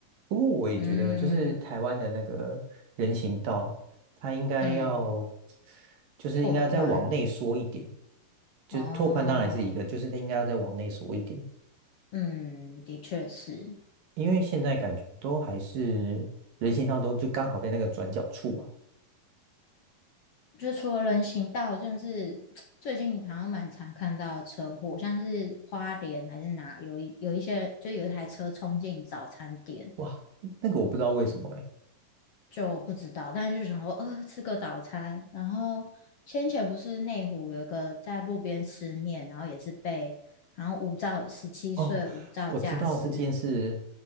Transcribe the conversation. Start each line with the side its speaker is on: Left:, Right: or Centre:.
Right: 不过我也觉得，
Left: 嗯
Right: 就是台湾的那个人行道，它应该要，
Left: 嗯，
Right: 就是应该再往内缩一点，
Left: 拓宽
Right: 就是拓宽当然是一个，
Left: 哦，
Right: 就是它应该要再往内缩一点，
Left: 嗯，的确是，
Right: 因为现在感觉都还是人行道都就刚好在那个转角处嘛，
Left: 就除了人行道，真的是 <tsk> 最近好像蛮常看到车祸，像是花莲还是哪有一有一些，就有一台车冲进早餐店，
Right: 哇，那个我不知道为什么哎，
Left: 就不知道，但是就想说，呃，吃个早餐。然后先前不是内湖有一个在路边吃面，然后也是被，然后无照十七岁无照驾驶
Right: 哦，我知道这件事，